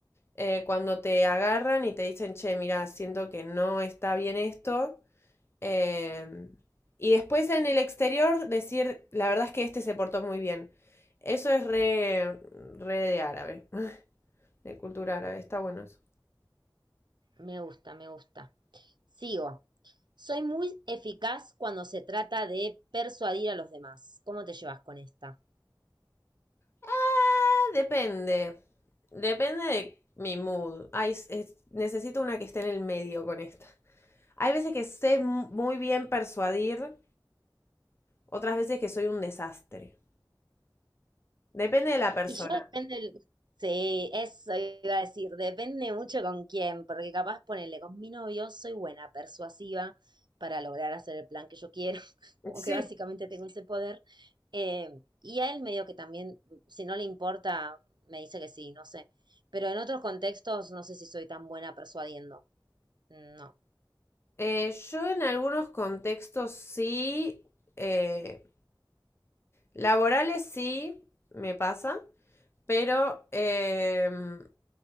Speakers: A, on the left; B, on the right.
A: Eh, cuando te agarran y te dicen, che, mira, siento que no está bien esto. eh, y después en el exterior decir, la verdad es que este se portó muy bien. Eso es re, re de árabe. de cultura árabe. Está bueno eso.
B: Me gusta, me gusta. Sigo. Soy muy eficaz cuando se trata de persuadir a los demás. ¿Cómo te llevas con esta?
A: Ah, depende. Depende de mi mood. Ay, es- es- necesito una que esté en el medio con esta. Hay veces que sé mu- muy bien persuadir, otras veces que soy un desastre. Depende de la persona.
B: Y yo depende, el- sí, eso iba a decir, depende mucho con quién, porque capaz ponele con mi novio, soy buena, persuasiva para lograr hacer el plan que yo quiero, <laughs> como
A: Sí.
B: que básicamente tengo ese poder. eh, y a él medio que también, si no le importa, me dice que sí, no sé. Pero en otros contextos no sé si soy tan buena persuadiendo. No.
A: Eh, yo en algunos contextos sí, eh, laborales sí me pasa, pero em,